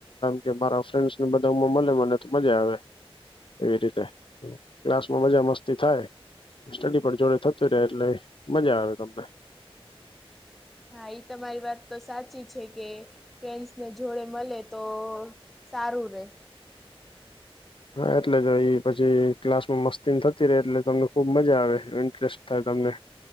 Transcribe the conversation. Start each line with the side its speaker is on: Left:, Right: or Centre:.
Left: કે મારા ફ્રેન્ ને બધા માં મળે મને તો મજા આવે એવી રીતે ક્લાસમાં મજા મસ્તી થાય સડી જોડે થતું રહે એટલે મજા આવે તમને
Centre: હા એ તમારી વાત તો સાચી છે કે ફ્રેન્ડસ ને જોડે મળે તો સારું રે
Left: હા એટલે જ પછી ક્લાસ માં મસ્તી ન થતી રહે એટલે તમને ખુબ મજા આવે ઇન્ટરેસ્ટ થાય તમને